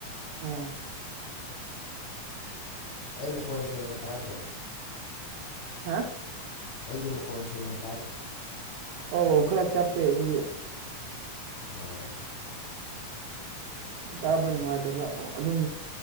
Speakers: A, on the right (about 75°); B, on the left (about 85°).
A: ꯑꯣ
B: ꯑꯩ ꯃꯈꯣꯟ ꯁꯦꯡꯅ ꯇꯥꯗ꯭ꯔꯣ
A: ꯍꯥ
B: ꯑꯩꯒꯤ ꯃꯈꯣꯟ ꯁꯦꯡꯅꯗꯦ
A: ꯑꯣ ꯈꯔ ꯆꯞꯄꯦ ꯑꯗꯨꯒꯤ
B: ꯑꯣ
A: ꯇꯥꯕ ꯅꯨꯡꯉꯥꯏꯇꯕ ꯑꯗꯨꯝ